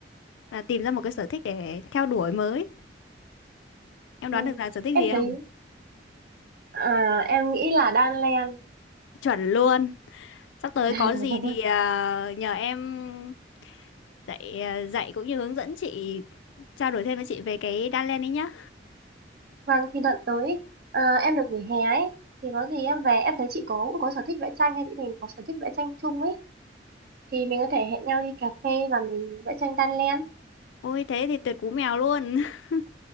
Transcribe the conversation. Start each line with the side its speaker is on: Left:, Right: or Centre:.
Left: à, tìm ra một cái sở thích để theo đuổi mới. Em
Right: ừ.
Left: đoán được là sở thích
Right: em
Left: gì
Right: thấy
Left: không?
Right: à, em nghĩ là đan len
Left: Chuẩn luôn. Sắp tới
Right: <laughs>
Left: có gì thì ờ, nhờ em dạy ờ, dạy cũng như hướng dẫn chị trao đổi thêm với chị về cái đan len ấy nhá.
Right: vâng thì đợt tới ờ, em được nghỉ hè ấy thì có gì em về em thấy chị có cũng có sở thích vẽ tranh hay chị mình có sở thích vẽ tranh chung ấy thì mình có thể hẹn nhau đi cà phê và mình vẽ tranh đan len
Left: Ôi thế thì tuyệt cú mèo luôn. <laughs>